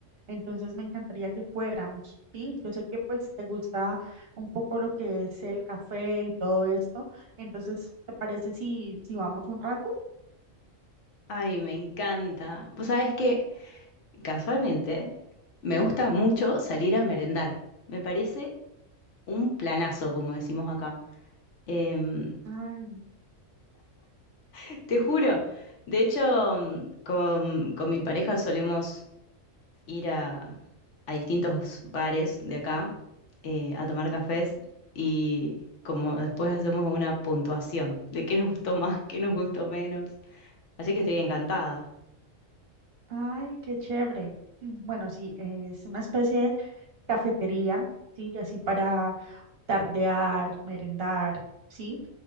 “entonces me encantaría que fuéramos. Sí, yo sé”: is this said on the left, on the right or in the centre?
Right